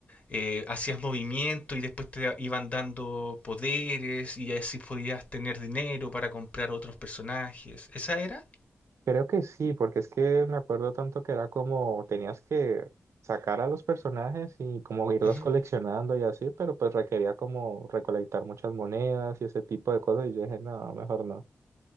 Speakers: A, on the left; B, on the right.
A: eh, hacías movimiento y después te iban dando poderes y así podías tener dinero para comprar otros personajes. ¿Esa era?
B: Creo que sí, porque es que me acuerdo tanto que era como tenías que sacar a los personajes y como irlos
A: Ujú.
B: coleccionando y así, pero pues requería como recolectar muchas monedas y ese tipo de cosas y yo dije, no, mejor no.